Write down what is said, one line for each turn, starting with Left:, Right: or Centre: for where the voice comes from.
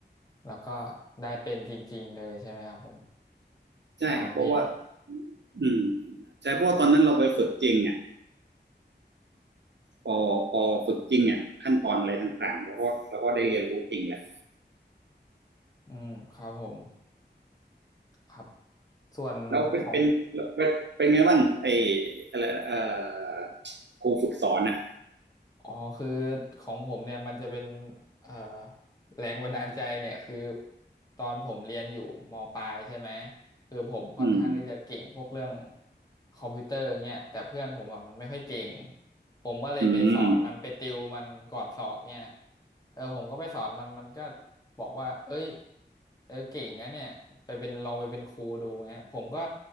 Left: แล้วก็ได้เป็นจริงๆเลยใช่ไหมครับผม
Right: ใช่เพราะว่า
Left: ตามที่
Right: อืมใช่เพราะว่าตอนนั้นเราไปฝึกจริงอ่ะพอพอฝึกจริงอ่ะขั้นตอนอะไรต่างๆเราก็เราก็ได้เรียนรู้จริงแหละ
Left: อืมครับผมครับส่วนของ
Right: แล้วเป็นเป็นเป็นไงบ้างไออะไรเอ่อครูฝึกสอนอ่ะ
Left: อ๋อคือของผมเนี่ยมันจะเป็นเอ่อแรงบันดาลใจเนี่ยคือตอนผมเรียนอยู่มปลายใช่ไหมคือผมค่อนข้างที่จะเก่งพวกเรื่อง
Right: อืม
Left: คอมพิวเตอร์เนี่ยแต่เพื่อนผมอ่ะมันไม่ค่อยเก่งผมก็เลยไปสอนมันไปติวมันก่อนสอบเนี่ย
Right: อืม
Left: เออผมก็ไปสอนมันมันก็บอกว่าเอ้ยเออเก่งนะเนี่ยไปเป็นลองไปเป็นครูดูเงี้ยผมก็